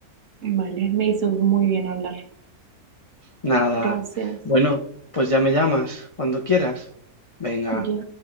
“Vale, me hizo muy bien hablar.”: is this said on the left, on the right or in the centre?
Right